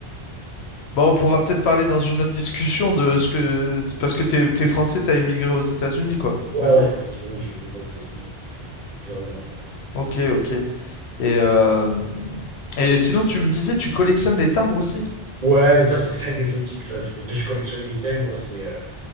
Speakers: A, on the left; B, on the right.
A: bah, on pourra
B: Ouais.
A: peut-être parler dans une autre discussion de ce que... Parce que t'es, t'es français, t'as émigré aux États-Unis, quoi,
B: ouais,
A: en gros.
B: ouais, ça fait un petit moment que j'ai migré aux États-Unis. Ouais, ça fait plusieurs années.
A: Ok, ok. Et, euh, et sinon, tu me disais, tu collectionnes les timbres aussi?
B: Ouais, ouais mais ça, c'est c'est anecdotique. Ça, c'est parce que je collectionnais les timbres. C'est euh,